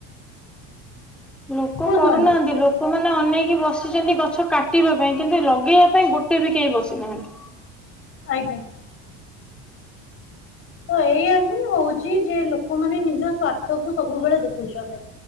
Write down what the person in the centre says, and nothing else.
ଲୋକ
କରୁନାହାନ୍ତି
ଲୋ ଲୋକମାନେ ଅନେଇକି ବସିଛନ୍ତି ଗଛ କାଟିବା ପାଇଁ କିନ୍ତୁ ଲଗେଇବା ପାଇଁ ଗୋଟେ ବି କେହି ବସିନାହାନ୍ତି।